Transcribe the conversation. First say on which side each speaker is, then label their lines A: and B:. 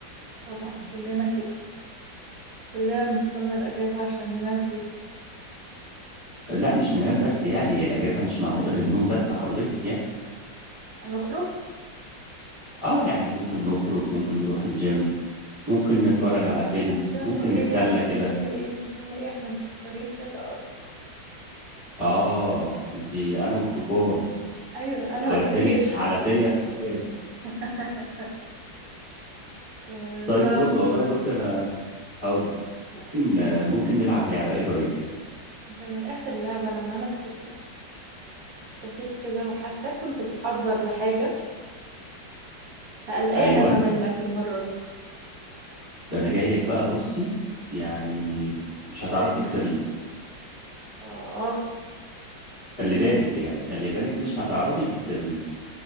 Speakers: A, on the right; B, on the right.
A: طبعا كلنا كده كلنا بنستنى الاجازه عشان ننام فيها
B: لا مش ننام بس يعني الاجازه مش معموله للنوم بس حضرتك يعني
A: هنخرج
B: اه يعني ممكن نخرج ممكن نروح الجيم ممكن نتفرج على فيلم
A: لا جيم
B: ممكن
A: ايه
B: نتسلى
A: يا عم
B: كده
A: جيم ايه جيم ايه احنا مكسرين خلقه اصلا
B: اه انتي انا والطوفان
A: ايوه انا
B: على
A: والسرير
B: الدنيا على الدنيا السلام
A: <laughs> آه،
B: طيب
A: انت
B: فل والله بص انا هقول لك ممكن ممكن نلعب لعبة ايه رأيك
A: انت من اخر لعبه لما انا كسبتك اختفيت كده وحاساك كنت بتحضر لحاجه فقلقان
B: ايوه
A: انا منك المره دي
B: ده انا جاي لك بقى بصي يعني مش هتعرفي تكسبيني
A: اه
B: خلي بالك يعني خلي بالك مش هتعرفي تكسبيني